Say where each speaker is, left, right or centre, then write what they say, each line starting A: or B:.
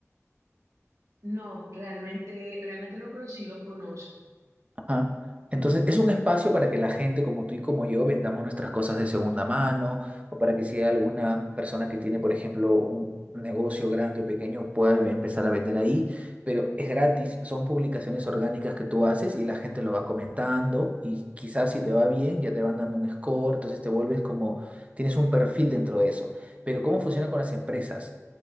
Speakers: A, on the right; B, on the right.
A: No, realmente, realmente no, pero sí lo conozco,
B: Ajá. Entonces, es un espacio para que la gente como tú y como yo vendamos nuestras cosas de segunda mano o para que si hay alguna persona que tiene, por ejemplo, un negocio grande o pequeño, pueda em- empezar a vender ahí, pero es gratis, son publicaciones orgánicas que tú haces y la gente lo va comentando y quizás si te va bien ya te van dando un score, entonces te vuelves como, tienes un perfil dentro de eso. Pero ¿cómo funciona con las empresas?